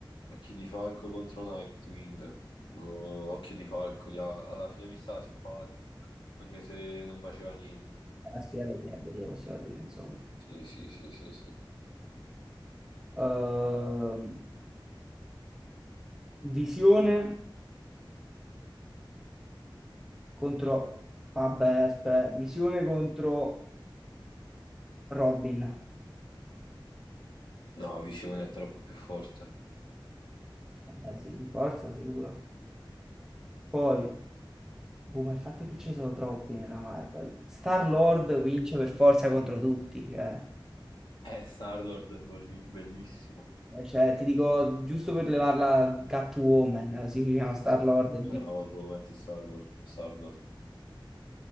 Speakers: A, on the left; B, in the centre.
A: Occhi di falco contro Nightwing. Boh, occhio di falco, ja, alla fine mi stava simpatico, anche se non faceva niente.
B: la sfida degli ebedi, possiamo dire, insomma.
A: Sì, sì, sì, sì, sì.
B: Ehm, Visione contro... Vabbè, aspetta, Visione contro Robin.
A: No, Visione è troppo più forte.
B: Vabbè, sì, di forza, sicuro. Poi, boh, ma il fatto è che ce ne sono troppi nella Marvel. Star-Lord vince per forza contro tutti, cioè...
A: Eh, Star-Lord è bolli- bellissimo.
B: Eh, cioè, ti dico, giusto per levarla Catwoman, si chiama Star-Lord e vince.
A: No, boh, metti Star-Lord. Star-Lord.